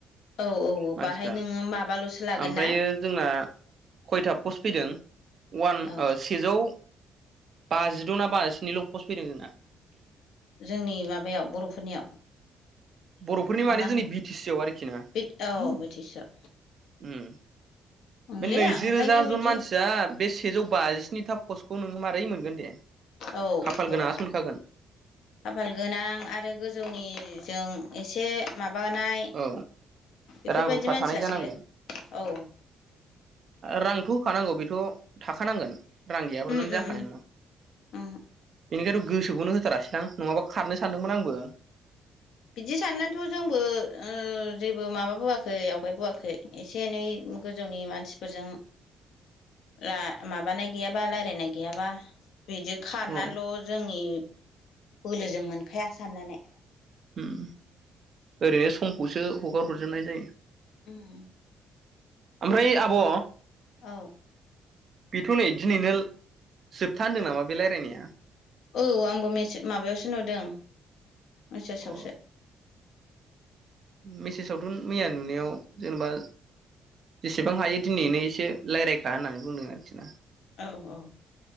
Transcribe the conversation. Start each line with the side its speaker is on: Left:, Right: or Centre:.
Left: औ औ
Right: मानसिफ्रा
Left: बाहाय नोङो माबाल'सो लागोन
Right: ओमफ्रायो
Left: ना
Right: जोंना खयथा पस्ट फैदों अवान
Left: औ
Right: ओ सि सेजौ बाजिद' ना बाजिनिल' पस्ट फैदों जोंना।
Left: जोंनि माबायाव बर'फोरनियाव
Right: बर'फोरनि मानि
Left: ना मा होन
Right: जोंनि बि टि सि आव आरोखि ना
Left: बि औ बिटिसिआव
Right: ओम
Left: ओंलै
Right: बे नैजि
Left: आं ओंखायनो
Right: रोजा
Left: बिदि
Right: जन मानसिया बे सेजौ बाजिस्निथा पस्टखौ नोङो मारै मोनगोन दे।
Left: औ
Right: खाफाल
Left: बेनथ'
Right: गोनाङासो मोनखागोन
Left: खाफाल गोनां आरो गोजौनिजों एसे माबानाय
Right: औ
Left: बेफोरबायदि
Right: रां रुफा
Left: मानसियासो
Right: थानाय जानांगोन
Left: औ
Right: रांथ' होखानांगौ बेथ' थाखानांगोन रां गैयाबाथ'
Left: उम
Right: नों जाखानाय
Left: उम
Right: नङा
Left: उम
Right: बेनिखायथ' गोसोखौनो होथारासै दां नङाबा खारनो सानदोंमोन आंबो
Left: बिदि साननानैथ' जोंबो ओ जेबो माबाबोआखै आवगायबोआखै एसे एनै गोजौनि मानसिफोरजों ला माबानाय गैयाबा रायलायनाय गैयाबा बिदि खारनानैल'
Right: औ
Left: रोङनि बोलोजों मोनखाया साननानै।
Right: <unintelligible> ओरैनो समखौसो हगार हरजोबनाय जायो।
Left: उओम।
Right: ओमफ्राय आब'
Left: औ।
Right: बेथ' नै दिनैनो जोबथा होनदों नामा बे रायज्लायनाया?
Left: औ आंबो मसे माबायावसो नुदों मेसेजआवसो।
Right: अ मेसेजावथ' मैया नुनायाव जेनेबा जेसेबां हायो दिनैनो एसे रायज्लायखा होननानै बुंदों आरोखि ना।
Left: औ औ